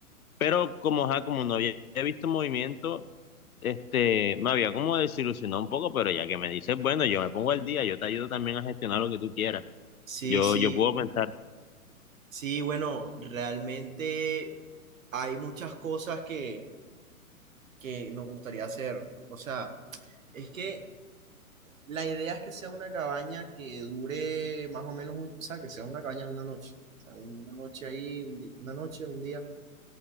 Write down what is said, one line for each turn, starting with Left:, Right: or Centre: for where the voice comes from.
Left: pero como, ajá, como no había visto movimiento este, me había como desilusionado un poco, pero ya que me dices, bueno, yo me pongo al día, yo te ayudo también a gestionar lo que tú quieras.
Right: Sí,
Left: Yo,
Right: sí,
Left: yo puedo pensar
Right: sí, bueno, realmente hay muchas cosas que, que nos gustaría hacer. O sea, es que la idea es que sea una cabaña que dure más o menos, un- o sea, que sea una cabaña de una noche. O sea, una noche ahí, un di- una noche, un día,